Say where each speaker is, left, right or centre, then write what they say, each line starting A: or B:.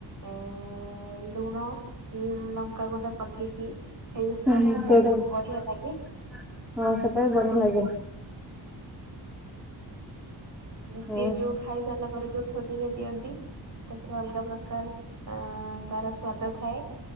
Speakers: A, on the right; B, in the centre.
A: ଏ ଏ ଏ ଲୁଣ ଲଙ୍କାଗୁଣ୍ଡ ପକେଇକି। ସେଇ ଜିନିଷଟା
B: ଅ ହଁ
A: ମତେ
B: ସେଇଟା
A: ବହୁତ
B: ହେଇଛି।
A: ବଢିଆ ଲାଗେ।
B: ହଁ ସେଟା ବି ବଢିଆ ଲାଗେ। ହଁ
A: ସିଏ ଯୋଉ ଖାଇ ସାରିଲା ପରେ ଯୋଉ ଠୋଲିରେ ଦିଅନ୍ତି। ତାପରେ ଅଲଗା ପ୍ରକାର ଆ ତାର ସ୍ଵାଦ ଥାଏ।